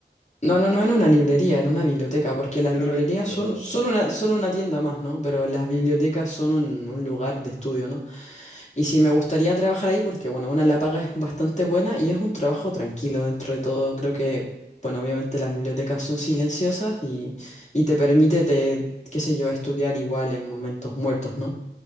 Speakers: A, on the left; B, on the left.
A: No, no, no en una librería, en una biblioteca, porque las
B: En
A: librerías
B: una biblioteca,
A: son,
B: perdón.
A: son una, son una tienda más, ¿no? Pero las bibliotecas son un, un lugar de estudio, ¿no? Y sí, me gustaría trabajar ahí porque, bueno, una la paga es bastante buena y es un trabajo tranquilo dentro de todo. Creo que, bueno, obviamente las bibliotecas son silenciosas y, y te permite, te, qué sé yo, estudiar igual en momentos muertos, ¿no?